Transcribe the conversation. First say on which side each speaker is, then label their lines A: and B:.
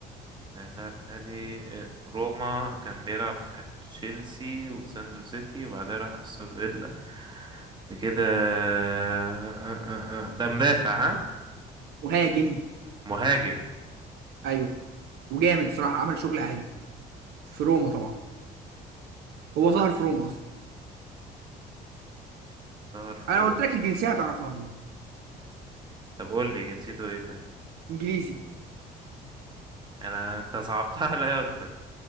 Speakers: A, on the right; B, on the right.
A: آه، لعب حالي آه، في روما كان بيلعب في تشيلسي وسانزو سيتي وبعدها راح استون فيلا بعد كده آه، آه، آه، آه. ده مدافع ها
B: مهاجم
A: مهاجم
B: ايوه وجامد صراحه عمل شغل عالي في روما طبعا هو ظهر في روما اصلا
A: صار في
B: انا
A: روما
B: قلت لك الجنسيه هتعرفها هو
A: طب قول لي جنسيته ايه طيب
B: انجليزي
A: انا انت صعبتها عليا اكتر